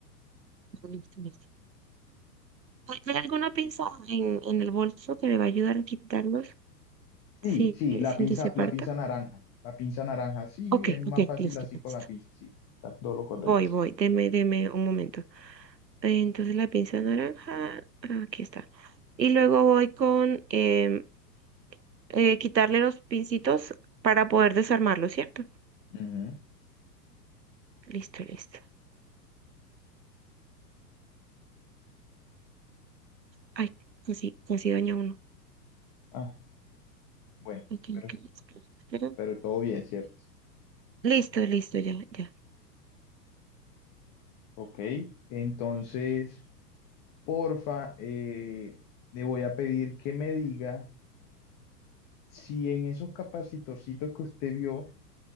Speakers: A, on the right; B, on the left.
A: listo, listo. ¿Hay hay alguna pinza en, en el bolso que me va a ayudar a quitarlos
B: Sí,
A: sin,
B: sí, la
A: sin
B: pinza,
A: que se parta?
B: la pinza naranja, la pinza naranja, sí,
A: Ok,
B: es más
A: ok,
B: fácil
A: listo,
B: así
A: listo.
B: con la pinza, sí, está todo lo correcto.
A: Voy, voy, deme, deme un momento. Eh, Entonces la pinza naranja, aquí está. Y luego voy con em, eh, quitarle los pincitos para poder desarmarlo, ¿cierto?
B: Ujú.
A: Listo, listo. Ay, casi, casi daña uno.
B: Ah, bueno,
A: Ok,
B: pero
A: ok, espera, espera.
B: pero todo bien, ¿cierto?
A: Listo, listo, ya, ya.
B: Ok, entonces, porfa, eh, le voy a pedir que me diga si en esos capacitorcitos que usted vio,